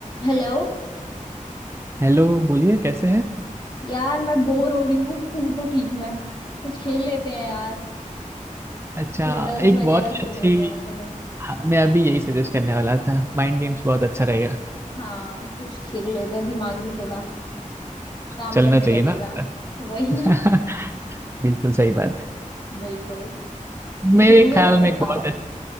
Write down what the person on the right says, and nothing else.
Hello बोलिए कैसे हैं
अच्छा
एक
बहुत ही
अच्छी
हाँ, मैं अभी यही सजेस्ट करने वाला था माइंड गेम्स बहुत अच्छा रहेगा
चलना
चाहिए
ना
<laughs>
बिल्कुल सही बात
मेरे
ख्याल
में
एक बहुत अच्छ-